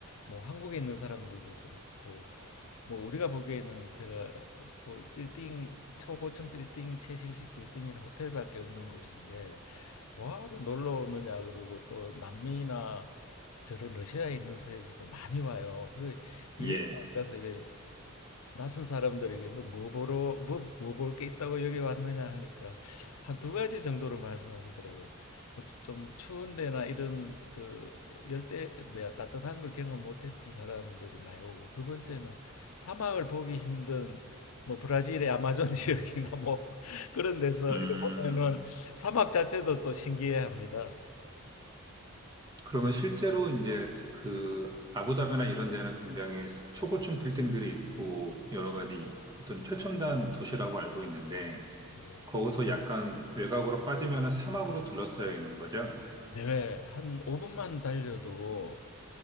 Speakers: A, on the left; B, on the right.
A: 뭐 한국에 있는 사람들도 그렇고, 뭐 우리가 보기에는 제가 뭐 빌딩, 초고층 빌딩, 최신식 빌딩이나 호텔밖에 없는 곳인데, 뭐하러 놀러 오느냐 그러고 또 남미나 저런 러시아에 있는 데서도 많이 와요. 그리고 이해가
B: 예.
A: 안 가서 이래 낯선 사람들에게 뭘 뭐 보러 뭐 뭐 볼 게 있다고 여기 왔느냐 하니까 한 두 가지 정도로 말씀하시더라고요. 뭐 좀 추운 데나 이런 그 열대 뭐야 따뜻한 걸 경험 못했던 사람들이 많이 오고 두 번째는 사막을 보기 힘든 뭐 브라질의 아마존 지역이나 뭐 <laughs> 그런 데서
B: 음.
A: 이렇게 보면은 사막 자체도 또 신기해합니다.
B: 그러면 실제로 이제 그 아부다비나 이런 데는 굉장히 초고층 빌딩들이 있고 여러 가지 어떤 최첨단 도시라고 알고 있는데
A: 네.
B: 거기서 약간 외곽으로 빠지면은 사막으로 둘러싸여 있는 거죠.
A: 네, 한 5분만 달려도